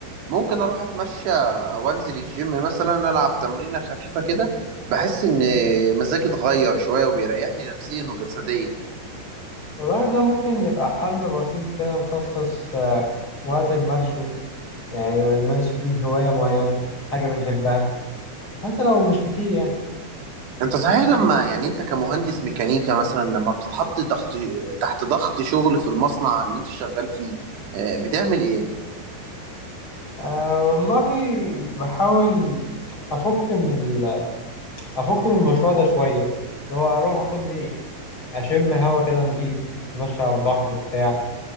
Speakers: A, on the right; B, on the left.
A: ممكن اروح اتمشى او انزل الجيم مثلا العب تمرينة خفيفة كده بحس ان مزاجي اتغير شوية وبيريحني نفسيا وجسديا
B: والله ده ممكن يبقى حل بسيط كده نخصص آه، وقت نمارسه يعني نمارس فيه هواية معينة حاجة بنحبها حتى لو مش كتير يعني
A: انت صحيح لما يعني انت كمهندس ميكانيكا مثلا لما بتتحط ضغط تحت ضغط شغل في المصنع اللي انت شغال فيه آه، بتعمل ايه؟
B: أه والله بحاول أفك من ال- أفك من المشروع ده شوية اللي هو أروح أخد لي أشم هوا كده نضيف أتمشى على البحر بتاع